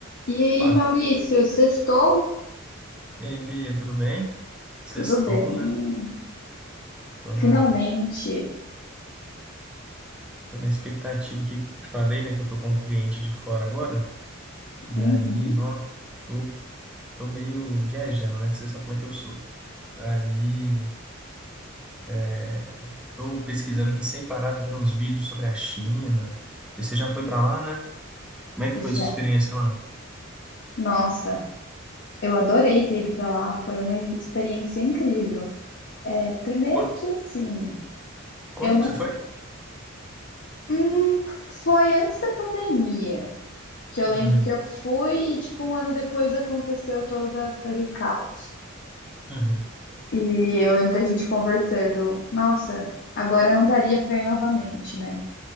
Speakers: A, on the left; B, in the centre.
A: E aí,
B: Opa,
A: Maurício, sextou?
B: e aí, Bia, tudo bem? Sextou,
A: Tudo bem,
B: né? Tô na,
A: finalmente.
B: tô na expectativa que falei, né, que eu tô com um cliente de fora agora. E
A: Uhum,
B: aí, nó, tô, tô meio viajando, né? Você sabe como é que eu sou. Aí, é, tô pesquisando aqui sem parar, tô vendo uns vídeos sobre a China. E você já foi pra lá, né? Como é que foi sua
A: já.
B: experiência lá?
A: Nossa, eu adorei ter ido pra lá, foi uma experiência incrível. É, primeiro
B: Qua-
A: que assim,
B: Quando
A: eu nunca.
B: que você foi?
A: Hum, foi antes da pandemia, que eu
B: Hum,
A: lembro que eu fui e, tipo, um ano depois aconteceu todo aquele caos.
B: uhum,
A: E eu lembro da gente conversando, nossa, agora não daria pra ir novamente, né?